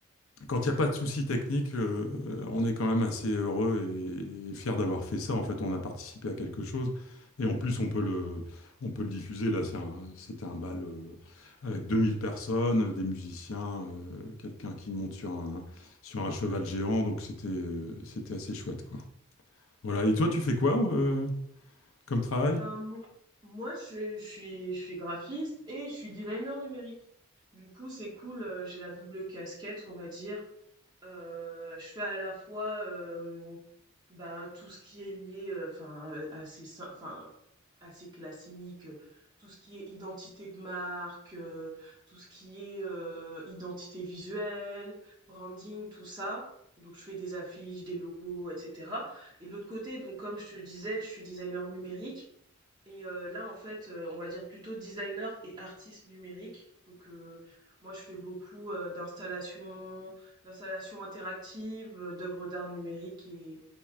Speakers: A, on the left; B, on the right.
A: quand il n'y a pas de soucis techniques, euh, euh, on est quand même assez heureux et, et fier d'avoir fait ça. En fait, on a participé à quelque chose. Et en plus, on peut le, on peut le diffuser. Là, c'est un- c'était un bal euh, avec 2000 personnes, euh, des musiciens, euh, quelqu'un qui monte sur un, sur un cheval géant. Donc, c'était, euh, c'était assez chouette, quoi. Voilà. Et toi, tu fais quoi euh, comme travail?
B: Ben, mo- moi, je, je suis, je suis graphiste et je suis designer numérique. Du coup, c'est cool, euh, j'ai la double casquette, on va dire. Euh, je fais à la fois euh, ben, tout ce qui est lié, euh, enfin, euh, à ces, sy- enfin, assez classique, euh, tout ce qui est identité de marque, euh, tout ce qui est euh, identité visuelle, branding, tout ça. Donc je fais des affiches, des logos, etc. Et de l'autre côté, donc comme je te le disais, je suis designer numérique. Et euh, là, en fait, euh, on va dire plutôt designer et artiste numérique. Donc euh, moi, je fais beaucoup euh, d'installations, d'installations interactives, euh, d'œuvres d'art numérique et,